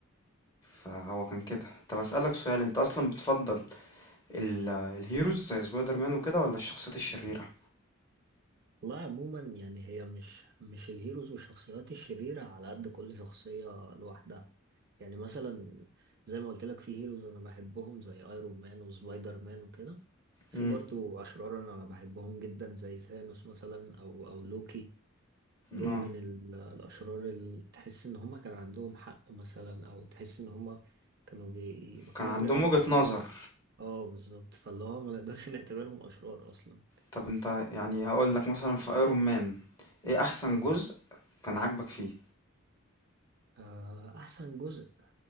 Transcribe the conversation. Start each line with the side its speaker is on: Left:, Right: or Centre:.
Left: فهو كان كده طب اسألك سؤال انت اصلا بتفضل ال- الهيروز زي سبايدر مان وكده ولا الشخصيات الشريرة
Right: والله عموما يعني هي مش مش الهيروز والشخصيات الشريرة على قد كل شخصية لوحدها يعني مثلا زي ما قلت لك في هيروز أنا بحبهم زي أيرون مان وسبايدر مان وكده في
Left: امم
Right: برضو أشرار أنا بحبهم جدا زي ثانوس مثلا أو أو لوكي دول
Left: اه
Right: من ال- الأشرار اللي تحس إن هما كان عندهم حق مثلا أو تحس إن هما كانوا بي... ما كانوش
Left: كان عندهم
Right: بيعملوا
Left: وجهة
Right: حاجة
Left: نظر
Right: غلط اه بالظبط فاللي هو ما نقدرش نعتبرهم أشرار أصلا
Left: طب انت يعني هقول لك مثلا في ايرون مان ايه احسن
Right: اه
Left: جزء كان عاجبك فيه
Right: آه، أحسن جزء